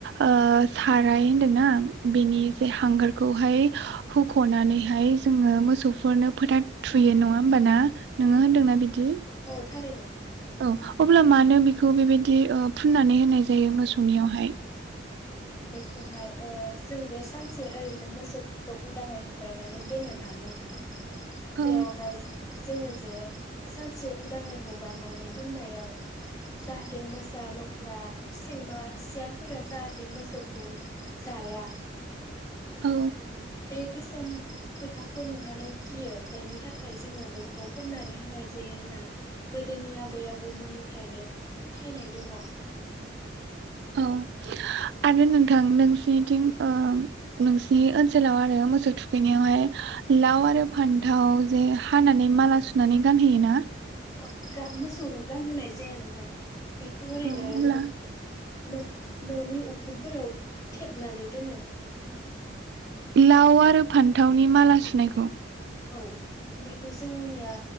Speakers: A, on the right; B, on the left.
A: ओ साद रायहोनदों ना। बेनि बे हांगार खौहाय होखनानैहाय जोङो मोसौफोरनो फोथा थुयो नङा होमबाना। नोङो
B: औ
A: होनदोंना बिदि।
B: औ थारैनो।
A: औ अब्ला मानो बेखौ बेबायदि फुननानै होनाय जायो मोसौनियावहाय।
B: बेखौहाय ओ। जों दो सानसे ओरैनो मोसौ। खौ उदाङै हगारनानै दोनोना नोंथां।
A: औ
B: बेवहाय जोङो जे सानसे उदाङै हगारनानै दोननायाव जाहाथे मोसा लख्रा सैमा सियालफोरा जाहाथे। जाथे मोसौखौ जाया।
A: औ
B: बे गोसोम फोथाखौ नुनानै। खियो बेनि थाखाय जोङो बेखौ फोननानै होनाय जायो होनना गोदोनि आबै आबौमोननिफ्रायनो फोथायनाय दङ।
A: औ आरो नोंथां। नोंसिनिथिं ओ नोंसिनि ओनसोलाव आरो मोसौ थुखैनायावहाय। लाव आरो फान्द। ओ-ओ जे हानानै माला सुनानै गानहैयो ना।
B: अ मोसौनो गानहोनाय जाया नोंथां। बेखौ ओरैनो
A: अ अब्ला
B: न नखौ ननि उखुमफोराव थेबनानै दोनो।
A: लाव आरो फान्थावनि माला सुनायखौ
B: औ बेखौ जोंनिया